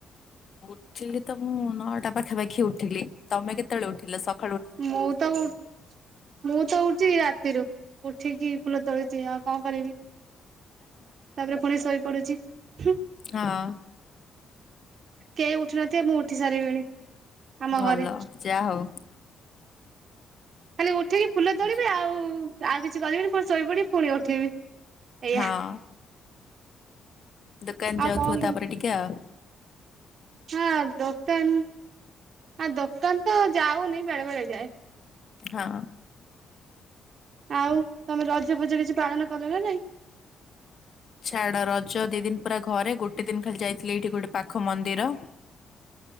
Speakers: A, on the left (about 55°); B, on the right (about 60°).
A: ଉଠିଲି ତ ମୁଁ ନଅଟା ପାଖାପାଖି ଉଠିଲିତମେ କେତେବେଳେ ଉଠିଲ ସତ
B: ମୁଁ ତ ଉଠ ମୁଁ ତ ଉଠେ ରାତି। ଉଠିକି ଫୁଲ ତୋଳିଛି ଆଉ କଣ କରିବି। ତାପରେ ପୁଣି ଶୋଇ ପଡୁଛି ହୁଁ।
A: ହଁ।
B: କେହି ଉଠି ନଥିବେ ମୁଁ ଉଠି ସାରିବିଣି। ଆମ
A: ଭଲ
B: ଘରେ।
A: ଯାହା ହଉ।
B: ଖାଲି ଉଠିକି ଫୁଲ ତୋଳିବି
A: ଆଚ୍ଛା।
B: ଆଉ ଆଉ କିଛି କରିବିନି ପୁଣି ଶୋଇପଡିି ପୁଣି ଉଠିବି। ଏଇଆ
A: ହଁ। ଦୋକାନ
B: ଆଉ
A: ଯାଉଥିବ
B: କଣ କରିବି
A: ତାପରେ ଟିକେ ଆଉ।
B: ହଁ ଦୋକାନ ହଁ ଦୋକାନ ତ ଯାଉନି ବେଳେ ବେଳେ ଯାଏ।
A: ହଁ।
B: ଆଉ ତମେ ରଜ ଫଜ କିଛି ପାଳନ କଲ ନା ନାଇଁ?
A: ଛାଡ ରଜ ଦି ଦିନ ପୁରା ଘରେ ଗୋଟେ ଦିନ ଖାଲି ଯାଇଥିଲି ଏଇଠି ଗୋଟେ ପାଖ ମନ୍ଦିର।